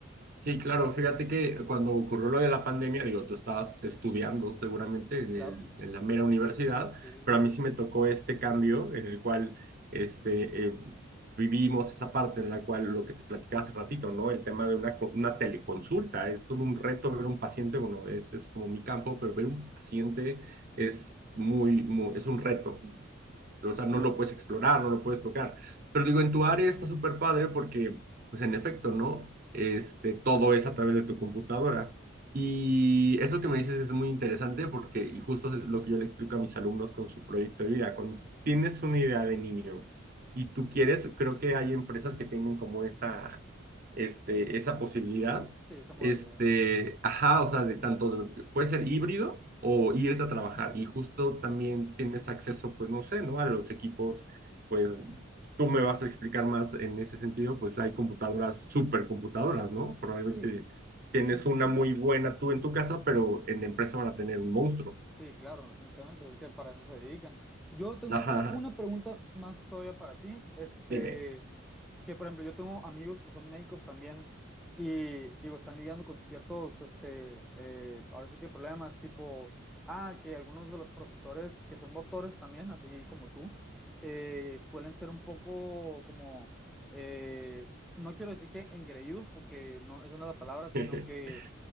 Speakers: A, on the right; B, in the centre.
A: Sí, claro, fíjate que cuando ocurrió lo de la pandemia, digo, tú estabas estudiando seguramente en
B: Claro.
A: el- en la mera universidad,
B: Sí,
A: pero
B: sí,
A: a mí sí me tocó este cambio en el cual este, eh, vivimos esa parte en la cual lo que te platicaba hace ratito, ¿no? El tema de una, co- una teleconsulta, es todo un
B: sí.
A: reto ver un paciente, bueno, ese es como mi campo, pero ver un paciente es muy, muy es un reto, o sea,
B: Sí,
A: no
B: sí,
A: lo puedes explorar, no lo puedes tocar. Pero digo, en tu área está súper padre porque, pues en efecto, ¿no? Este, todo es a través de tu computadora. Y eso que me dices es muy interesante porque, y justo es lo que yo le explico a mis alumnos con su proyecto de vida, cuando tú tienes una idea de niño y tú quieres, creo que hay empresas que tienen como esa, este, esa posibilidad
B: sí, esa modalidad.
A: este, ajá, o sea, de tanto, de- puede ser híbrido o irte a trabajar y justo también tienes acceso, pues no sé, ¿no? A los equipos, pues tú me vas a explicar más en ese sentido, pues hay computadoras, supercomputadoras, ¿no? Probablemente
B: Sí,
A: tienes
B: sí, sí,
A: una
B: sí.
A: muy buena tú en tu casa, pero en la empresa van a tener un monstruo.
B: Sí, claro, definitivamente, pues es que para eso se dedican. Yo tengo
A: Ajá, ajá,
B: una pregunta más todavía para ti, este,
A: dime.
B: que por ejemplo yo tengo amigos que son médicos también y digo, están lidiando con ciertos, este, eh, ahora sí que problemas tipo, ah, que algunos de los profesores que son doctores también, así como tú, eh, suelen ser un poco como, eh, no quiero decir que engreídos, porque no, esa no es la palabra, sino
A: <laughs>
B: que